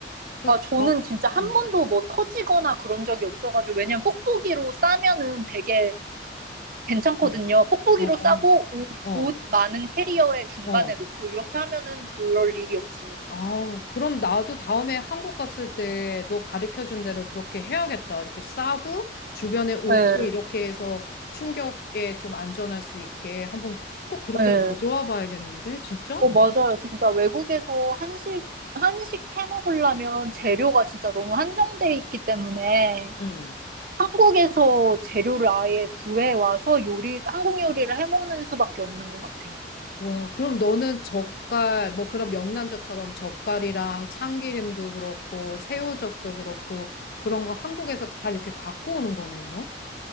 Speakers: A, on the left; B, on the right.
A: 그
B: 아, 저는
A: 다,
B: 진짜 한
A: 음.
B: 번도 뭐 터지거나 그런 적이 없어가지고, 왜냐면 뽁뽁이로 싸면은 되게 괜찮거든요.
A: 어,
B: 뽁뽁이로
A: 어,
B: 싸고 옷,
A: 어,
B: 옷 많은 캐리어의 중간에
A: 어.
B: 놓고 이렇게 하면은 그럴 일이 없어요.
A: 아, 그럼 나도 다음에 한국 갔을 때 너 가르쳐준 대로 그렇게 해야겠다. 이렇게 싸고 주변에 옷도
B: 네,
A: 이렇게 해서 충격에 좀 안전할 수 있게 한번 꼭 그렇게
B: 네.
A: 가져와 봐야겠는데, 진짜?
B: 어, 맞아요. 진짜 외국에서 한식, 한식 해 먹으려면 재료가 진짜 너무 한정돼 있기 때문에
A: 응.
B: 한국에서 재료를 아예 구해와서 요리, 한국 요리를 해 먹는 수밖에 없는 것 같아요.
A: 와, 그럼 너는 젓갈, 뭐 그런 명란젓처럼 젓갈이랑 참기름도 그렇고, 새우젓도 그렇고, 그런 거 한국에서 잘 이렇게 갖고 오는 거네, 그럼?